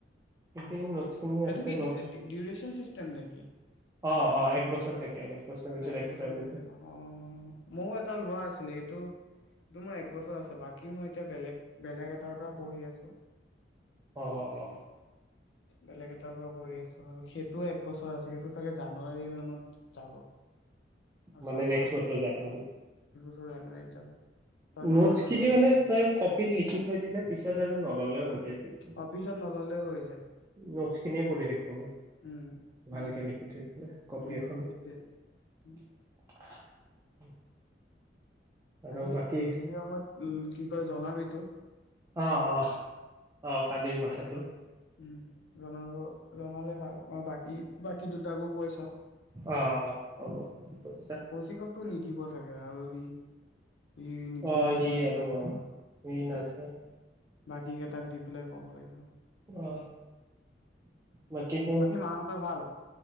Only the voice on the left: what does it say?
অ
সেইটো
কি
ডিউৰেচন চিষ্টেম নেকি
এক
বছৰ থাকে
নহয়, অ ময়ো এটা লোৱা আছিলে এইটো সিটো মোৰ এক বছৰ আছে বাকী মই এতিয়া বেলেগ বেলেগ এটাৰ পৰা পঢ়ি আছো।
বেলেগ এটাৰ পৰা কৰি আছো আৰু সেইটোও এক বছৰ আছে। সেইটো চাগে জানুৱাৰী মানত যাব। আৰু
ছয়মাহ
আছে
<unintelligible> ছয়মাহ
মান
আৰু আছে
আৰু।
অ পিছত নললেও হৈ যায়
উম
উম
উম
সেইটোৱে উম,
আজি
গধূলি সময়ত উম কি কয় জনাবি তো?
উম জনাব জনালে ভাল মই বাকী বাকী দুটাকো কৈ চাওঁ।
কৌশিককো নিদিব চাগে আৰু সি সি নিদিলেতো
এনেও
নাযায় বাৰু
বাকী কেইটাক দি পেলাই কব লাগিব
বাকি মাহতৰ ভাল